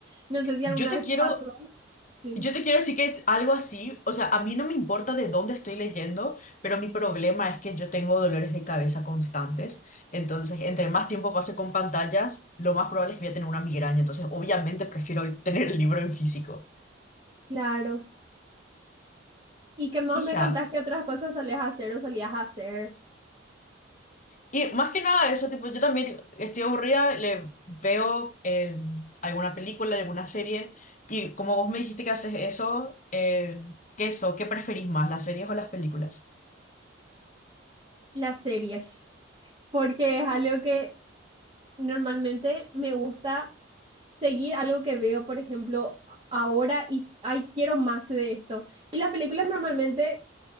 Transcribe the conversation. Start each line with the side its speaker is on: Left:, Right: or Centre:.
Right: No sé si alguna
Left: Yo te
Right: vez
Left: quiero
Right: pasó. Sí,
Left: Yo te quiero decir que es algo así, o sea, a mí no me importa de dónde estoy leyendo, pero mi problema es que yo tengo dolores de cabeza constantes, entonces entre más tiempo pase con pantallas, lo más probable es que voy a tener una migraña, entonces obviamente prefiero tener el libro en físico.
Right: claro. ¿Y qué más
Left: Hija,
Right: me contás que otras cosas solías hacer o solías hacer?
Left: y más que nada eso, tipo, yo también estoy aburrida, le veo eh, alguna película, alguna serie, y como vos me dijiste que haces eso, eh, ¿qué eso? ¿Qué preferís más, las series o las películas? <laughs>
Right: Las series. Porque es algo que Normalmente me gusta seguir algo que veo, por ejemplo, ahora y ay, quiero más de esto. Y las películas normalmente